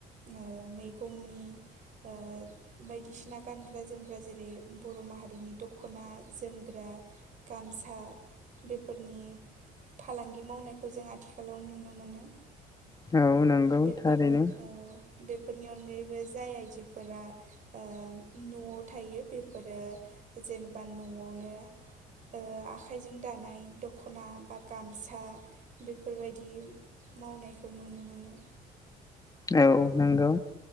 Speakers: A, on the right (about 50°); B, on the left (about 20°).
A: ओ मैगंनि ओ बायदिसिना गानग्रा जोमग्रा जेरै बर' माहारिनि दख'ना जोमग्रा गामसा फोरनि फालांगि मावनायखौ जों आथिखालाव नुनो मोनो।
B: औ नंगौ
A: बेफोरनि
B: थारैनो
A: औ बेफोरनि अनगायैबो जाय आइजोफोरा ओ न'आव थायो बेफोरो जेनेबा न'आवनो ओ आखाइजों दानाय दख'ना बा गामसा बेफोरबायदि मावनायखौ नुनो मोनो।
B: औ नंगौ